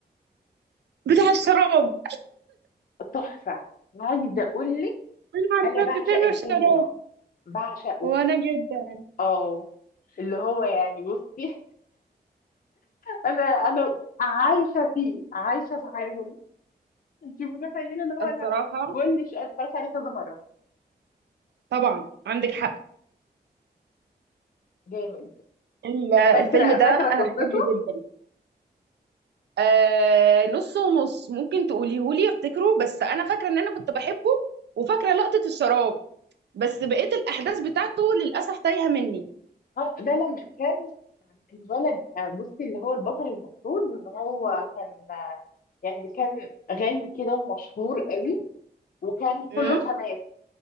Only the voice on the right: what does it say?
بتاع الشراب
انا عارفة
بفيلم
الشراب
وانا جدا
الصراحة
طبعا عندك حق
ال- الفيلم
ده
انا
بحبه جدا آه نص ونص ممكن تقوليهولي افتكره بس انا فاكرة ان انا كنت بحبه وفاكرة لقطة الشراب بس بقيت الاحداث بتاعته للاسف تايهة مني
امم